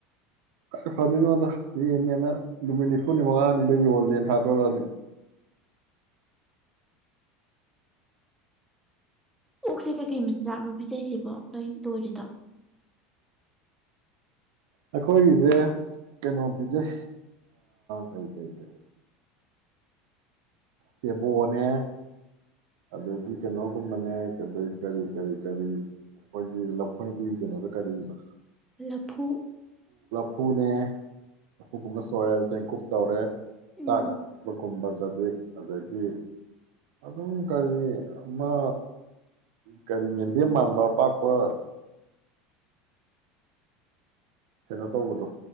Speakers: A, on the right (about 70°); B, in the centre.
A: ꯀꯥꯏꯗ ꯐꯗꯣꯅꯣꯗ ꯌꯦꯟꯅꯦꯅ ꯅꯨꯃꯤꯠ ꯅꯤꯐꯨꯅꯤ ꯃꯉꯥꯅꯤꯗ ꯌꯣꯜꯂꯦꯅ ꯊꯥꯗꯣꯔꯛꯑꯅꯤ
B: ꯑꯣꯛꯁꯤ ꯀꯩ ꯀꯩ ꯃꯤꯁꯤꯖꯥꯛꯅꯣ ꯄꯤꯖꯩ ꯁꯤꯕꯣ ꯅꯣꯏ ꯇꯣꯏꯔꯤꯗ
A: ꯑꯩꯈꯣꯏꯒꯤꯁꯦ ꯀꯩꯅꯣ ꯄꯤꯖꯩ ꯀꯔꯤ ꯀꯔꯤ ꯀꯩ ꯇꯦꯕꯣꯅꯦ ꯑꯗꯩꯗꯤ ꯀꯩꯅꯣꯒꯨꯝꯕꯅꯦ ꯑꯗꯩ ꯀꯔꯤ ꯀꯔꯤ ꯀꯔꯤ ꯑꯩꯈꯣꯏꯒꯤ ꯂꯧꯐꯣꯏꯒꯤ ꯀꯩꯅꯣꯗ ꯀꯔꯤꯕ
B: ꯂꯐꯨ
A: ꯐꯨꯅꯦ ꯂꯐꯨꯒꯨꯝꯕ ꯁꯣꯏꯔꯦ ꯆꯦꯡꯀꯨꯞ ꯇꯧꯔꯦ
B: ꯎꯝ
A: ꯆꯥꯒ ꯃꯀꯨꯝꯕ ꯁꯖꯤꯛ ꯑꯗꯒꯤ ꯑꯗꯨꯝ ꯀꯔꯤ ꯑꯃ ꯀꯔꯤ ꯌꯦꯟꯗꯦꯝ ꯃꯥꯟꯕ ꯄꯥꯛꯄ ꯀꯩꯅꯣ ꯇꯧꯕꯗꯣ